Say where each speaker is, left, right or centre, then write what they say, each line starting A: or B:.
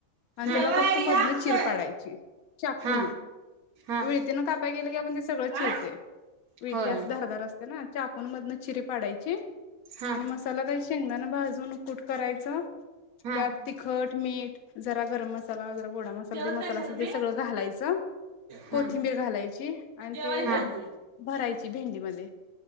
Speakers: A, on the left (about 75°); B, on the right (about 80°).
A: आणि
B: जेवाय
A: त्याला फक्त मधनं
B: या म्हणतोय.
A: चिर पाडायची चाकून
B: हा हा.
A: विळतीन कापाय गेलं की आपण ते सगळं
B: काय?
A: चिरते विळती
B: होय
A: अस धारदार असते ना चाकू मग मदन चीरी पाडायची
B: हा
A: मसाला <unintelligible> शेंगदाणा भाजून कुट करायचं
B: हा.
A: त्यात तिखट मीठ जरा गरम मसाला वगै गोडा मसाला
B: जेवत
A: ते मसाला
B: नाहीसा
A: असेल
B: तुम्ही?
A: ते सगळं घालायचं. कोथिंबीर
B: हा.
A: घालायची. आणि
B: जेवायच
A: ते हच्यात
B: आधी.
A: भरायची भेंडीमध्ये.